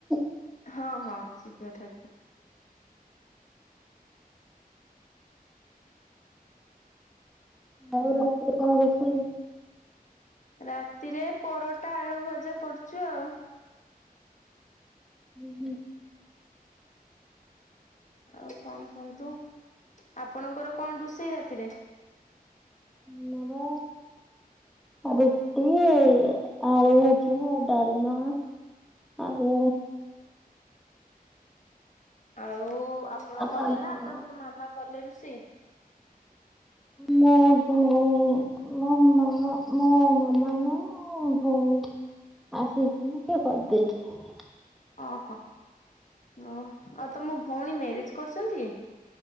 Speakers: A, in the centre; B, on the left.
A: <unintelligible>
B: ହଁ ହଁ ଶିବ ଠାକୁର ଉଁ
A: ଆଉ ରାତିରେ କଣ ରୋଷେଇ
B: ରାତିରେ ପରଟା ଆଳୁ ଭଜା କରଚୁ ଆଉ।
A: ହୁଁ ହୁ।
B: ଆଉ କଣ କୁହନ୍ତୁ ଆପଣଙ୍କର କଣ ରୋଷେଇ ରାତିରେ?
A: ଆମର ରୁଟି ଆଳୁ ଭଜା ଡାଲମା ଆଉ
B: ଆଉ ଆପଣ
A: ଆଉ
B: କଲେ
A: ପାମ୍ପଡ।
B: ନା ଆପଣଙ୍କ ମାମା କଲେ ରୋଷେଇ?
A: ମୋ ଭୋଉ ମୋ ମା ମୋ ମାମା ନା ମୋ ଭଉଣୀ ଆସିକି କିଏ କରିଦେଇଚି
B: ଓହୋ ଓ ଆଉ ତମ ଭଉଣୀ ମ୍ୟାରେଜ କରୁଛନ୍ତି?